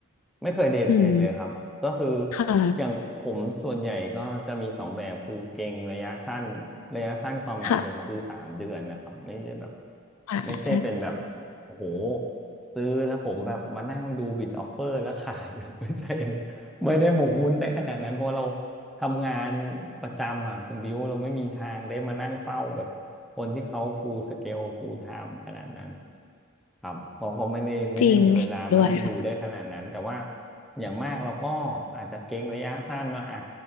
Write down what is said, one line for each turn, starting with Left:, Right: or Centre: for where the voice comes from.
Centre: ไม่เคยเดย์เทรดเลยครับ
Left: อืม
Centre: ก็คือ
Left: ค่ะ
Centre: อย่างผมส่วนใหญ่ก็จะมีสองแบบคือเก็งระยะสั้นระยะสั้นความหมายผมคือสามเดือนนะครับไม่ใช่แบบ
Left: ค่ะอ่ะ
Centre: ไม่ใช่เป็นแบบโอ้โหซื้อแล้วผมแบบมานั่งดูบิดออฟเฟอร์แล้วขาย <laughs> ไม่ใช่อย่างนั้นไม่ได้หมกมุ่นได้ขนาดนั้นเพราะเรา ทำงานประจำอ่ะคุณบิวเราไม่มีทางได้มานั่งเฝ้าแบบคนที่เขาฟูลสเกลฟูลไทม์ขนาดนั้นครับเราก็ไม่ได้ไม่ได้มีเวลามานั่งดูได้ขนาดนั้นแต่ว่า
Left: จริงเห็นด้วยค่ะ
Centre: อย่างมากเราก็อาจจะเก็งระยะสั้นว่าอ่ะ